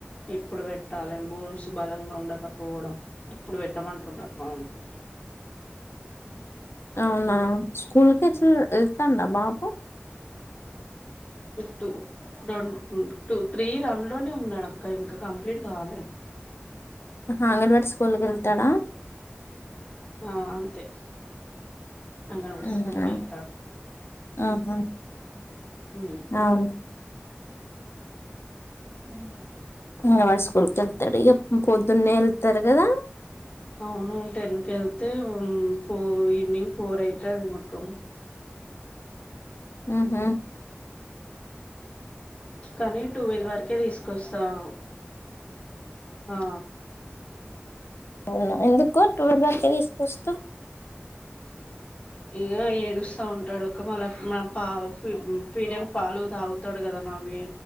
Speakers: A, on the left (about 25°); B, on the left (about 85°).
A: ఇప్పుడు పెట్టాలి బోన్స్ బలంగా ఉండకపోవడం ఇప్పుడు పెట్టమంటున్నారు మా ఊకు
B: అవునా స్కూల్ క ఎట్లా వెళ్తాడా బాబు
A: టూ రెం టూ త్రీ రన్ లోనే ఉన్నాడు అక్క ఇంకా కంప్లీట్ కావాలి
B: అంగడ్వాడి స్కూల్కి వెళ్తాడా
A: ఆ అంతే అంగన్‌వాడి
B: ఆ
A: స్కూల్‌కెళ్తాడు.
B: ఆహా
A: హ్మ్.
B: అవును
A: అవు
B: అంగన్వాడి స్కూల్ కి వెళ్తాడు ఇక పొద్దున్నే వెళ్తాడు కదా
A: అవును టెన్కి వెళ్తే ఫోర్ ఈవనింగ్ ఫోర్ అయితే కు
B: ఆ హమ్
A: కానీ టూవెల్వ వరకే తీసుకు కోస్తాం ఆ
B: అవునా ఎందుకు టటు బా తె తీసుకొస్తూ
A: ఇక ఏడుస్తా ఉంటాడు ఒక మళ్ళ మన పా ఫిీడిమ్ పాలు తాగుతాడు కదా నవ్వి